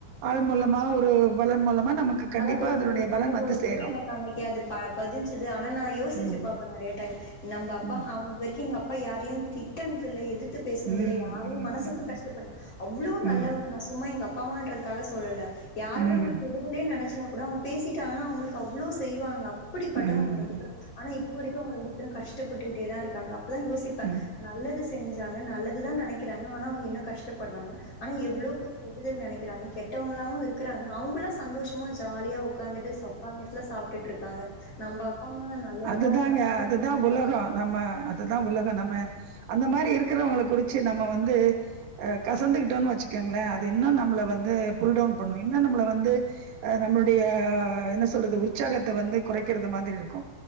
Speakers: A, on the right; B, on the left.
A: ஆள் மூலமா ஒரு பலன் மூலமா நமக்கு கண்டிப்பா
B: அதா தோழி
A: அதனுடைய
B: நீங்க சொன்னது
A: பலன் வந்து
B: ஒரு
A: சேரும்
B: விஷயம் எனக்கு அன்னக்கு அது பதிஞ்சுது ஆனா நா யோசிச்சு
A: ம்
B: பாப்ப நெறய டைம் நம்ப அப்பா
A: ம்
B: அவங்க இது வரைக்கும் எங்க அப்பா யாரையு திட்னதுல எதி த்து பேசினதுல
A: ம்
B: யாரையு
A: ம்
B: மனசு கூட கஷ்டப்படு அவ்ளோ நல்லவங்க
A: ம்
B: சும்மா எங்க அப்பா அம்மான்றதுக்காக சொல்லல யாருமே
A: ம்
B: உங்களுக்கு உதவலன்னு நினைச்சா கூட அவங்க பேசிட்டாங்கனா அவங்களுக்கு அவ்ளோ செய்வாங்க அப்டி பட்டவங்க
A: ம் ம்
B: ரெண்டு பேரு ஆனா இப்ப வரைக்கு அவங்க ரெண்டு பேரு கஷ்டப்பட்டுக்கிட்டே தா இருக்காங்க அப்பதா யோசிப்ப
A: ம் ம்
B: நல்லது செஞ்சாங்க நல்ல துதா நெனைக்கிறாங்க ஆனா அவங்க இன்னு கஷ்டப்பட்றாங்க ஆனா எவ்ளோ பேர் கெடுதல் நெனைக்கிறாங்க கெட்டவங்களாவு இருக் அவங்களா சந்தோஷமா ஜாலியா உக்காந்துட்டு உக்காந்த எடத்துல சாப்டுட்டு இருக்காங்க நம்ப அப்பா அம்மா நல்லவங்களா
A: அதுதாங்க
B: இருக்காங்க ஆனா இன்னு
A: அதுதா
B: கஷ்டப்பட்றாங்க
A: உலக நம்ம அதுதான் உலக நம்ம அந்த மாரி இருக்கிறவங்கள குறிச்சு நம்ம வந்து கசந்துக்கிட்டோன் வச்சுக்கோங்களே இன்னு நம்ள வந்து கூல்டவுன் பண்ணு இன்னு நம்மள வந்து நம்மளுடைய என்ன சொல்றது உற்சாகத்த வந்து குறைக்கிறது மாதிரி இருக்கும்